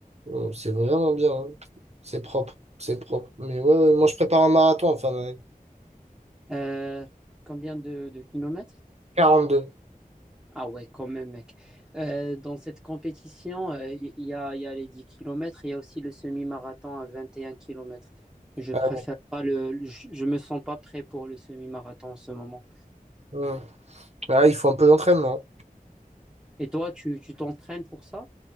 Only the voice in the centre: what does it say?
Euh, combien de, de kilomètres?
Ah ouais, quand même, mec. Euh, dans cette compétition, euh, il y, y a, il y a les 10 kilomètres, il y a aussi le semi-marathon à 21 kilomètres. Je
préfère pas le, le- je, je me sens pas prêt pour le semi-marathon en ce moment.
Et toi, tu tu t'entraînes pour ça?